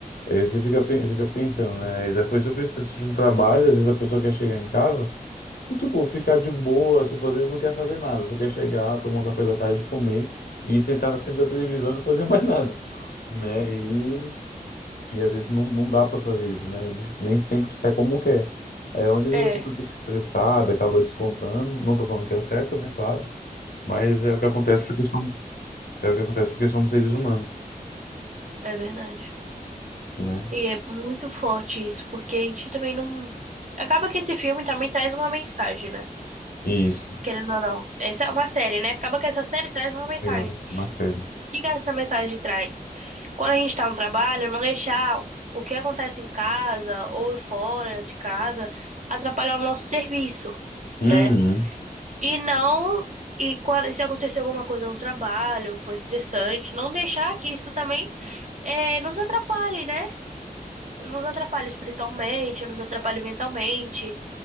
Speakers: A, on the left; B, on the right.
A: aí você fica, pen- fica pensando, né? Já foi sobre isso tá assistindo um trabalho, às vezes a pessoa quer chegar em casa e, tipo, ficar de boa, tipo, às vezes não quer fazer nada, só quer chegar, tomar um café da tarde, comer e sentar na frente da televisão e não fazer <laughs> mais nada né? E
B: Sim.
A: E às vezes não, não dá para fazer isso, né? De- Nem sempre sai como quer. É onde às
B: É.
A: vezes a pessoa fica estressada, acaba descontando. Não tô falando que é o certo, né? Claro. Mas é o que acontece porque somos, é o que acontece porque somos seres humanos,
B: É verdade.
A: né?
B: E é muito forte isso, porque a gente também não. Acaba que esse filme também traz uma mensagem, né?
A: Isso.
B: Querendo ou não. Essa é uma série, né? Acaba que essa série traz uma mensagem.
A: É
B: O
A: uma série.
B: que que essa mensagem traz? Quando a gente tá no trabalho, não deixar o que acontece em casa ou fora de casa atrapalhar o nosso serviço,
A: Uhum.
B: né? E não. E quando, se acontecer alguma coisa no trabalho, foi estressante, não deixar que isso também eh, nos atrapalhe, né? nos atrapalha espiritualmente, nos atrapalha mentalmente.